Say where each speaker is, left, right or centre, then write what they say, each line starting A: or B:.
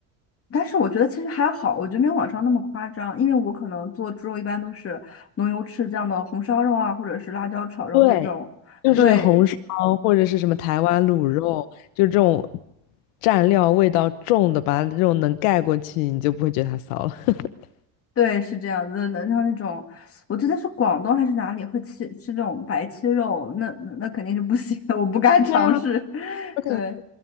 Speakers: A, on the left; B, on the left.
A: 但是我觉得其实还好，我觉得没有网上那么夸张，因为我可能做猪肉一般都是浓油赤酱的红烧肉啊，或者是辣椒炒肉这种，
B: 对，就是红烧或者是什么台湾卤肉，
A: 对，对，
B: 就这种蘸料味道重的，把它这种能盖过去，你就不会觉得它骚了。<laughs>
A: 对，是这样子的。像那种，我记得是广东还是哪里会吃吃这种白切肉，那那那肯定是不行的，我不敢尝试。
B: 对啊，
A: <laughs>
B: 我感觉
A: 对，